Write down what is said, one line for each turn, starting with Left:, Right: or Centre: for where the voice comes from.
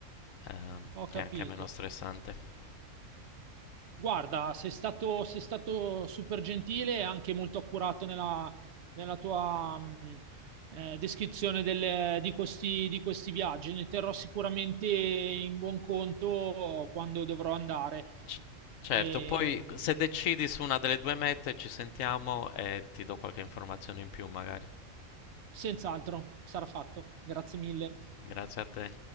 Left: ehm,
Right: Ho capito.
Left: che è anche meno stressante.
Right: Guarda, sei stato, sei stato super gentile e anche molto accurato nella, nella tua mh, eh, descrizione delle- di questi, di questi viaggi. Ne terrò sicuramente in buon conto quando dovrò andare.
Left: C- certo,
Right: E,
Left: poi
Right: mh,
Left: se decidi su una delle due mete ci sentiamo e ti do qualche informazione in più magari.
Right: senz'altro sarà fatto. Grazie mille.
Left: Grazie a te.